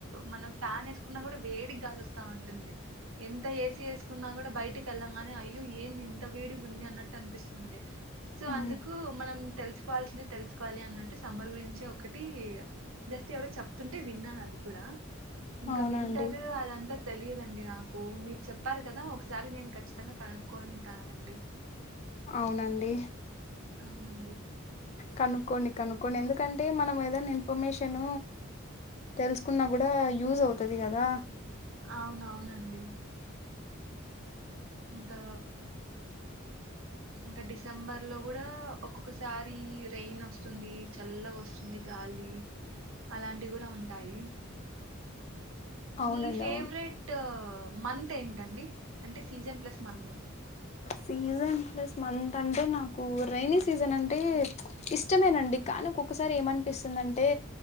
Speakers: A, on the right; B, on the left.
A: మనం ఫ్యాన్ వేసుకున్నా కూడా వేడికి గాలి వస్తా ఉంటుంది ఎంత ఏసీ వేసుకున్నా కూడా బయటికి వెళ్ళాం గాని అయ్యో ఏంది ఇంత వేడిగా ఉంది అన్నట్టు అనిపిస్తుంది సో
B: హ్మ్.
A: అందుకు మనం తెలుసుకోవాల్సింది తెలుసు కోవాలి అన్నట్టు సమ్మర్ గురించే ఒకటి జస్ట్ ఎవరో చెప్తుంటే విన్నాను అది కూడా ఇంకా
B: అవునండి
A: వింటరు అదంతా తెలియదండి నాకు మీరు చెప్ప చెప్పారు కదా ఒకసారి నేను ఖచ్చితంగా కనుక్కకుంటానండి
B: అవునండి
A: అవునండి
B: కనుక్కోండి కనుక్కోండి ఎందుకంటే మనం ఏదైనా ఇన్ఫర్మేషన్ తెలుసుకున్నా కూడా యూజ్ అవుతుది కదా
A: అవునవునండి ఇంకా ఇంకా డిసెంబర్ లో కూడా ఒక్కొక్కసారి రైన్ వస్తుంది చల్లగా వస్తుంది గాలి అలాంటి కూడా ఉంటాయి
B: అవునండి
A: మీ ఫేవరెట్
B: అవును
A: మంత్ ఏంటండి అంటే season plus month
B: season plus month అంటే నాకు రైైన సీజన్ అంటే ఇష్టమేనండి కానీ ఒక్కొక్కసారి ఏమనిపిస్తుందంటే